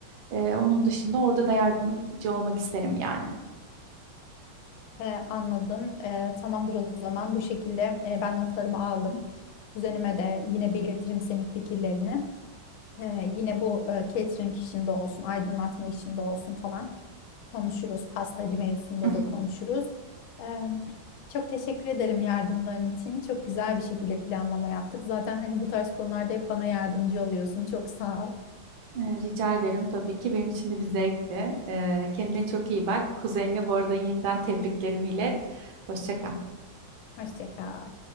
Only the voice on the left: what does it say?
Ee, anladım. Ee, tamamdır o zaman. Bu şekilde e, ben notlarımı aldım. Kuzenime de yine belirtirim senin fikirlerini. Ee, yine bu e, catering işinde olsun, aydınlatma işinde olsun falan konuşuruz. Pastacı mevzusunda
da konuşuruz. Ee, çok teşekkür ederim yardımların için. Çok güzel bir şekilde planlama yaptık. Zaten hani bu tarz konularda hep bana yardımcı oluyorsun. Çok sağ ol.
Hoşça kal.